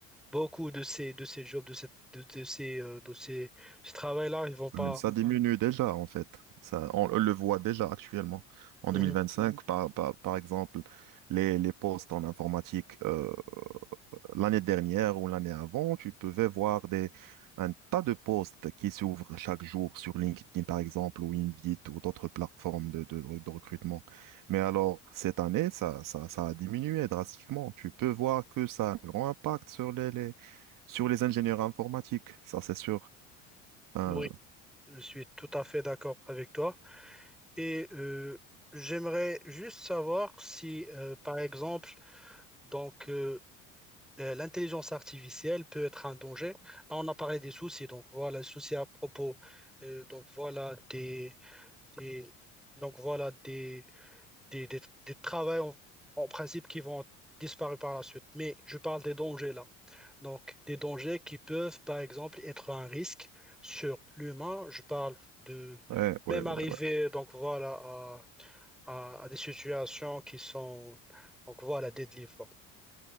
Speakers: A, in the centre; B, on the right (about 55°).
A: beaucoup de ces, de ces jobs, de, cette, de, de ces, euh, de ces, ce travail-là, ils vont pas.
B: Mais Ça diminue déjà, en fait. Ça, on le voit déjà actuellement. En
A: Mhm.
B: 2025, par, par, par exemple, les, les postes en informatique, euh, L'année dernière ou l'année avant, tu pouvais voir des, un tas de postes qui s'ouvrent chaque jour sur LinkedIn, par exemple, ou Indeed, ou d'autres plateformes de, de, de recrutement. Mais alors, cette année, ça, ça, ça a diminué drastiquement. Tu peux voir que ça a un grand impact sur les, les- sur les ingénieurs informatiques, ça c'est sûr. Hein.
A: Oui, je suis tout à fait d'accord avec toi. Et euh, j'aimerais juste savoir si, euh, par exemple, donc, euh, le- l'intelligence artificielle peut être un danger. Là, on a parlé des soucis, donc voilà, les soucis à propos, euh, donc voilà des, des- donc voilà des, des, des, des travails en, en principe qui vont disparaître par la suite. Mais je parle des dangers là. Donc des dangers qui peuvent, par exemple, être un risque sur l'humain. Je parle de
B: Ouais, ouais,
A: même
B: ouais.
A: arriver, donc voilà, à, à, à des situations qui sont, donc voilà, des délivres.